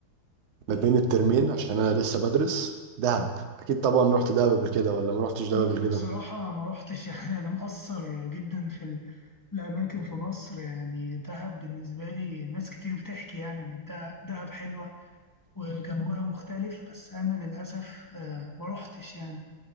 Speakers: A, on the right; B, on the left.
A: ما بين الترمين عشان انا لسه بدرس دهب اكيد طبعا رحت دهب قبل كده ولا ما رحتش دهب
B: ب-
A: قبل كده
B: بصراحة ما رحتش <laughs> يعني أنا مقصر جدا في ال- في الأماكن في مصر يعني دهب بالنسبة لي ناس كتير بتحكي يعني إن الده- دهب حلوة وجوها مختلف بس أنا للأسف آه، ما رحتش يعني